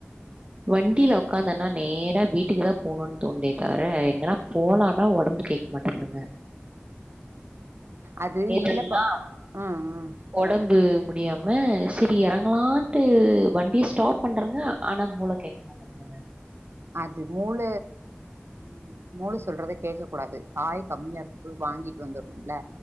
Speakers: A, on the right; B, on the right.
A: வண்டில உக்க்காந்தனா நேரா வீட்டுக்கு தா போகணும்னு தோனுதே தவிர எங்கன்னா போலாம்னா ஒடம்பு கேட்க மாட்டேந்துங்க
B: அது
A: நேத்தெல்லாம்
B: இல்லப்பா ஆ ஆ
A: ஒடம்பு முடியாம சரி எறங்கலாம்ட்டு வண்டியை ஸ்டாப் பண்றங்க ஆனா மூள கேக்க ஓகே முந்துங்க
B: அது மூள ம் மூள சொல்றதக் கேக்க கூடாது காய் கம்மியா இருக்கு வாங்கிட்டு வந்துரணும்ல